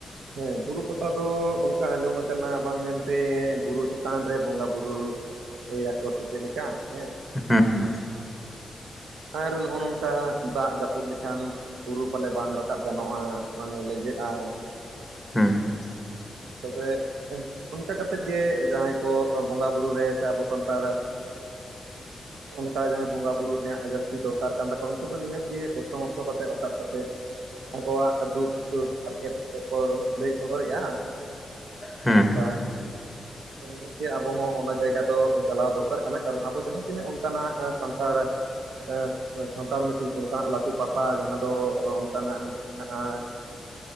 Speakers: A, on the right; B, in the centre.
A: ᱦᱮᱸ ᱵᱩᱨᱩ ᱯᱟᱛᱟ ᱫᱚ ᱚᱱᱠᱟ ᱟᱸᱡᱚᱢ ᱟᱠᱟᱱᱟ ᱵᱟᱝ ᱢᱮᱱ ᱱᱚᱛᱮ ᱵᱩᱨᱩ ᱪᱮᱛᱟᱱ ᱨᱮ ᱵᱚᱸᱜᱟ ᱵᱩᱨᱩ ᱦᱩᱭ ᱟᱠᱚᱣᱟ ᱥᱮ ᱪᱮᱫ ᱞᱮᱠᱟ, ᱦᱮᱸ
B: ᱦᱮᱸ ᱦᱮᱸ
A: ᱟᱨ ᱱᱚᱜ-ᱚ ᱱᱚᱝᱠᱟ ᱫᱟᱜ ᱡᱟᱹᱯᱩᱫ ᱞᱮᱠᱷᱟᱱ ᱵᱩᱨᱩ ᱯᱟᱞᱮ ᱵᱟᱝ ᱨᱟᱠᱟᱵ ᱜᱟᱱᱚᱜ-ᱟ, ᱢᱟᱱᱮ ᱞᱮᱸᱡᱮᱫ-ᱟ᱾
B: ᱦᱮᱸ
A: ᱛᱚᱵᱮ, ᱮᱸ ᱚᱱᱠᱟ ᱠᱟᱛᱮᱫ ᱜᱮ ᱡᱟᱸᱦᱟᱸᱭ ᱠᱚ ᱵᱚᱸᱜᱟ ᱵᱩᱨᱩ ᱨᱮ ᱥᱮ ᱟᱵᱚ ᱥᱟᱱᱛᱟᱲ, ᱟᱜ ᱚᱱᱠᱟ ᱡᱟᱦᱟᱸᱭ ᱵᱚᱸᱜᱟ ᱵᱩᱨᱩ ᱨᱮᱭᱟᱜ ᱡᱟᱹᱥᱛᱤ ᱫᱚᱨᱠᱟᱨ ᱠᱟᱱ ᱛᱟᱠᱚᱣᱟ, ᱩᱱᱠᱩ ᱫᱚ ᱱᱤᱦᱟᱹᱛ ᱜᱮ ᱠᱚᱥᱴᱚ ᱢᱚᱥᱴᱚ ᱠᱟᱛᱮᱫ ᱨᱟᱠᱟᱵ ᱠᱟᱛᱮᱫ ᱟᱠᱚᱣᱟᱜ ᱫᱩᱠ ᱦᱟᱨᱠᱮᱛ ᱛᱮᱠᱚ ᱞᱟᱹᱭ ᱥᱚᱫᱚᱨᱮᱜ-ᱟ᱾
B: ᱦᱩᱸ
A: ᱟᱪᱪᱷᱟ ᱱᱤᱦᱟᱹᱛ ᱜᱮ ᱟᱵᱚ ᱦᱚᱸ ᱚᱱᱟ ᱡᱟᱭᱜᱟ ᱫᱚ ᱪᱟᱞᱟᱣ ᱫᱚᱨᱠᱟᱨ ᱠᱟᱱᱟ, ᱠᱟᱨᱚᱱ ᱟᱵᱚ ᱡᱟᱦᱟᱸ ᱛᱤᱱᱟᱹᱜ ᱥᱟᱱᱛᱟᱲ ᱥᱟᱱᱛᱟᱲ ᱟ ᱥᱟᱱᱛᱟᱲ ᱢᱤᱫᱴᱤᱡ ᱚᱱᱠᱟᱱᱟᱜ ᱞᱟᱹᱴᱩ ᱯᱟᱛᱟ ᱡᱟᱸᱦᱟᱸ ᱫᱚ ᱚᱱᱠᱟᱱᱟᱜ ᱢᱤᱫᱴᱤᱡ ᱢᱮᱱᱟᱜᱼᱟ᱾